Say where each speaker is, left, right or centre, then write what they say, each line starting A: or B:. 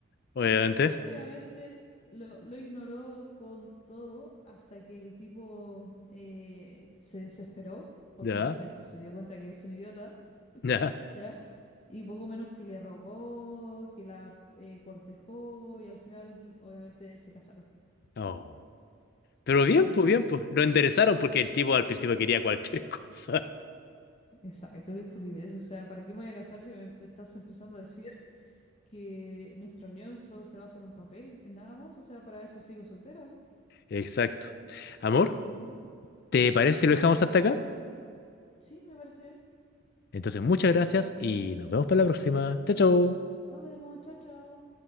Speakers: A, on the left; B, on the left.
A: obviamente.
B: <laughs> obviamente lo, lo ignoró con todo hasta que el tipo eh, se desesperó porque
A: Ya,
B: se, se dio cuenta que es un idiota
A: ya.
B: ¿ya? Y poco menos que le rogó, que la eh, cortejó y al final obviamente se casaron.
A: Oh. Pero bien,
B: Sí,
A: pues
B: sí,
A: bien, pues. Lo enderezaron porque el tipo al principio quería cualquier <laughs> cosa.
B: exacto, qué estupidez. O sea, ¿para qué me voy a casar si me estás empezando a decir que nuestra unión solo se basa en un papel, en nada más? O sea, para eso sigo soltera.
A: Exacto. Amor,
B: Ujú.
A: ¿te
B: ¿Mm?
A: parece si lo dejamos hasta acá?
B: Sí, me parece bien.
A: Entonces, muchas gracias y nos vemos para la próxima. Chao, chao.
B: Nos vemos, chao, chao.